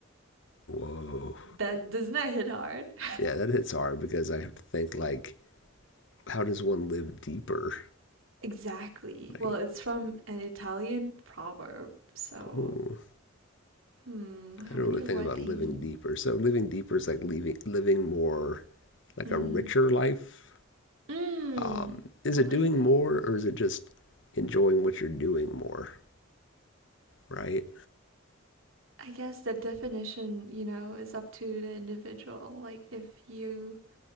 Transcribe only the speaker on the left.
Whoa.
Yeah, that hits hard because I have to think like, how does one live deeper?
Like,
ooh,
I
don't
really think
about
living
deeper. So living deeper is like leaving, living more, like
a richer life.
Um, is
it
doing
more or is it just enjoying what you're doing more? Right?